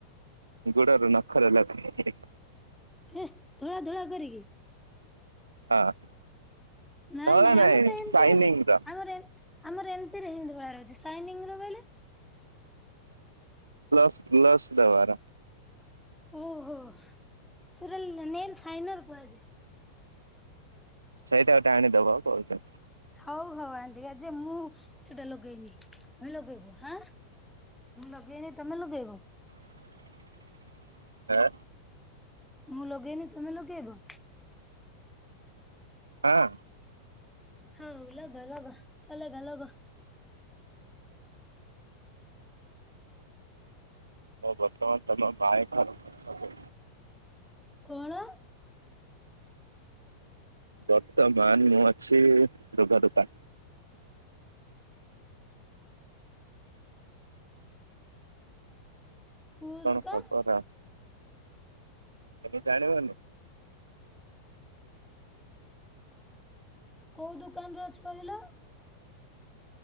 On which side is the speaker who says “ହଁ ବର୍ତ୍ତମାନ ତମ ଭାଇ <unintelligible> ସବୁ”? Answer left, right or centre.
Right